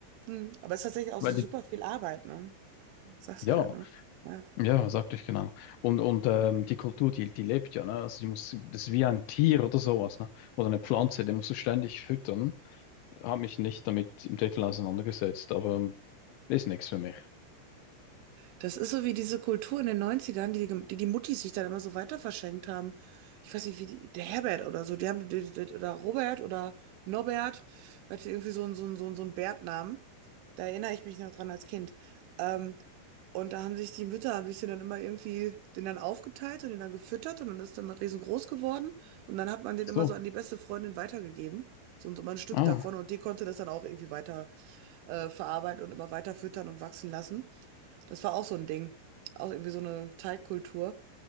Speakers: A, on the right; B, on the left.
A: hm, aber es ist tatsächlich auch
B: weil
A: so super
B: die,
A: viel Arbeit, ne? Das sagst
B: ja.
A: du ja, ne? Ja.
B: Ja, sagte ich genau. Und, und ähm, die Kultur, die, die lebt ja, ne? Also die muss, das ist wie ein Tier oder sowas, ne? Oder eine Pflanze, den musst du ständig füttern. Habe mich nicht damit im Detail auseinandergesetzt, aber ähm, ist nichts für mich.
A: Das ist so wie diese Kultur in den Neunzigern, die die, die Muttis sich dann immer so weiter verschenkt haben. Ich weiß nicht, wie die, der Herbert oder so, die haben, die, die, oder Robert oder Norbert, der hatte irgendwie so einen, so einen, so einen, so einen Bärtnamen. Da erinnere ich mich noch dran als Kind. Ähm, und da haben sich die Mütter, haben sich den dann immer irgendwie, den dann aufgeteilt und den dann gefüttert und dann ist dann mal riesengroß geworden. Und dann hat man den
B: Ach so.
A: immer so an die beste Freundin weitergegeben. So, und so mal ein Stück
B: Ah,
A: davon und die konnte das dann auch irgendwie äh, verarbeiten und immer weiter füttern und wachsen lassen. Das war auch so ein Ding. Auch irgendwie so eine Teigkultur.